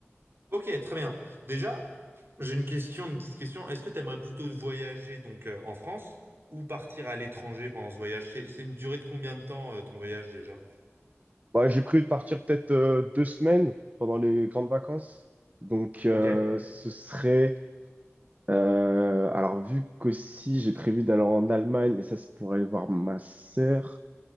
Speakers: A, on the right; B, on the right.
A: Ok, très bien. Déjà, j'ai une question, une petite question. Est-ce que tu aimerais plutôt voyager donc euh, en France ou partir à l'étranger pendant ce voyage? C'est c'est une durée de combien de temps euh, ton voyage déjà?
B: Bah, j'ai prévu de partir peut-être euh, deux semaines pendant les grandes vacances. Donc euh,
A: Ok.
B: ce serait... euh, alors vu qu'aussi j'ai prévu d'aller en Allemagne, mais ça c'est pour aller voir ma sœur,